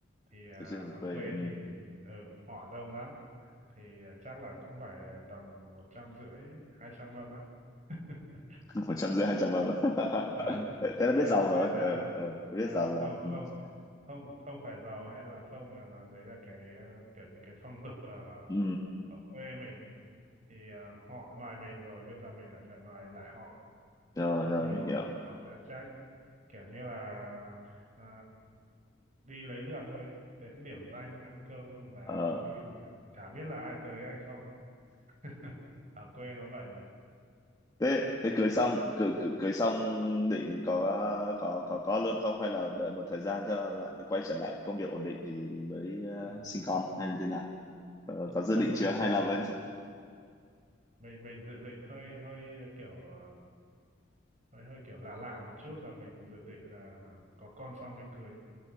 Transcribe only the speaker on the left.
Chưa chưa,
quê
ừ.
<laughs> 100 rưỡi 200 mâm. <laughs>
Thế thế là biết
giàu rồi.
Ờ ờ đã
biết giàu
rồi. Ừ.
Ừ.
Rồi
rồi
mình
hiểu.
Ờ
thế thế
cưới xong cưới, cưới, cưới xong định có có có có luôn không hay là đợi một thời gian cho lại quay trở lại công việc ổn định thì mới ờ,
sinh con hay như thế nào? Ờ, có dự
định
chưa hay
là vẫn